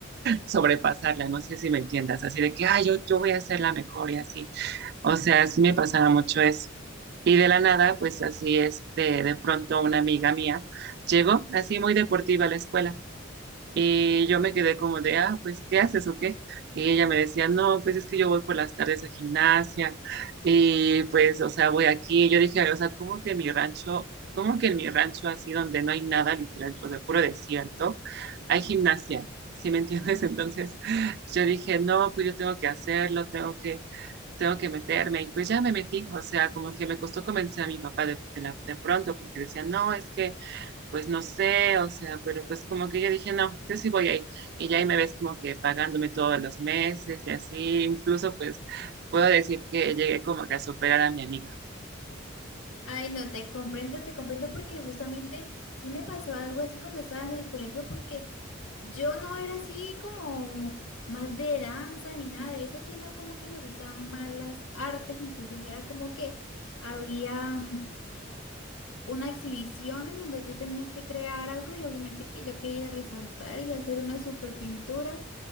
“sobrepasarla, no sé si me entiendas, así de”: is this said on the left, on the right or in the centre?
Right